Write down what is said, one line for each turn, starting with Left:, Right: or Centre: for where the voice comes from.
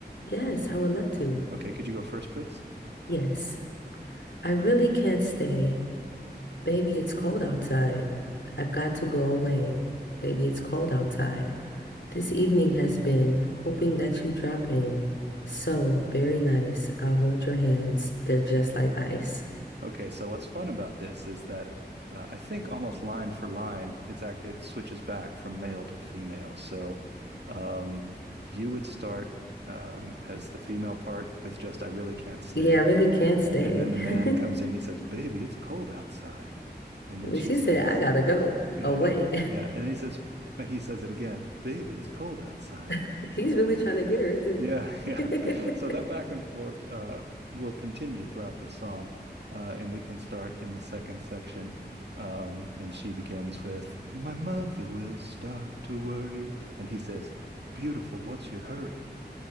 Left: Yes, I would love to.
Right: Okay, could you go first, please?
Left: Yes, I really can't stay. Baby, it's cold outside. I've got to go away. Baby, it's cold outside. This evening has been hoping that you drop in. So very nice. I'll hold your hands. They're just like ice.
Right: Okay, so what's fun about this is that uh, I think almost line for line, it's it switches back from male to female. So um, you would start um, as the female part with just "I really can't stay,"
Left: Yeah, I really can't stay.
Right: And then the man
Left: <laughs>
Right: comes in, he says, Baby, it's cold outside. And then
Left: But
Right: she
Left: she
Right: says,
Left: said, I gotta go
Right: Yeah,
Left: away.
Right: and yeah, and then he says uh, he says it again, baby, it's cold outside.
Left: <laughs> He's really trying to get her, isn't
Right: Yeah,
Left: he?
Right: yeah. <laughs> So
Left: <laughs>
Right: that back and forth uh will continue throughout the psalm, Uh and we can start in the second section. Um, and she begins with, My mother will start to worry. And he says, Beautiful, what's your hurry?